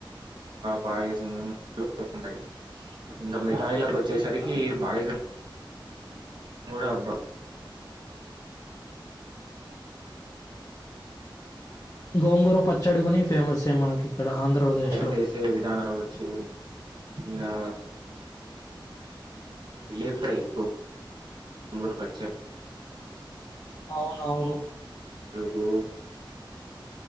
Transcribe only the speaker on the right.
పాయసము ఉంటాయి ఇంకా మిఠాయిలకు వచ్చేసరికి పాయసం మడ అబ్బా
వంట చేసే విధానం కావచ్చు ఇంగా లేపుతాయి గోంగూర పచ్చ
మ్మ్